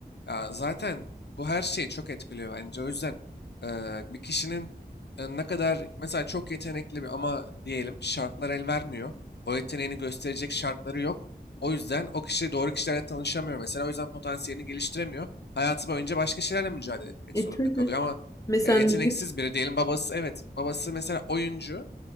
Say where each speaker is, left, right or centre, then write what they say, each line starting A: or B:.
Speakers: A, on the left; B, on the left.
A: Ya zaten bu her şeyi çok etkiliyor bence. O yüzden eee, bir kişinin e, ne kadar mesela çok yetenekli bir ama diyelim şartlar el vermiyor. O yeteneğini gösterecek şartları yok. O yüzden o kişi doğru kişilerle tanışamıyor mesela. O yüzden potansiyelini geliştiremiyor. Hayatı boyunca başka şeylerle mücadele etmek
B: E
A: zorunda
B: tabii.
A: kalıyor ama
B: Mesela
A: ya yeteneksiz
B: müzik
A: biri diyelim babası evet babası mesela oyuncu.